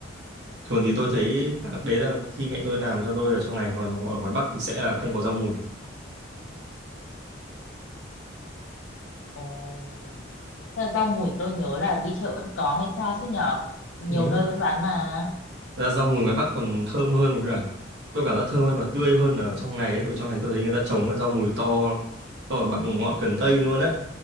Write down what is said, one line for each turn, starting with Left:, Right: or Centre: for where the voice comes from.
Right: thường thì tôi thấy à, đấy là khi mẹ tôi làm cho tôi
Left: ồ
Right: ở trong này còn ở ngoài Bắc thì sẽ là không có rau mùi
Left: ồ Thế là rau mùi tôi nhớ là đi chợ vẫn có hay sao chứ nhở nhiều
Right: ừ,
Left: nơi vẫn bán mà
Right: Thật ra rau mùi ngoài Bắc còn thơm hơn cả tôi cảm giác thơm hơn và tươi hơn ở trong này ấy, bởi trong này tôi thấy người ta trồng cái rau mùi to to bằng ngọn cần tây luôn á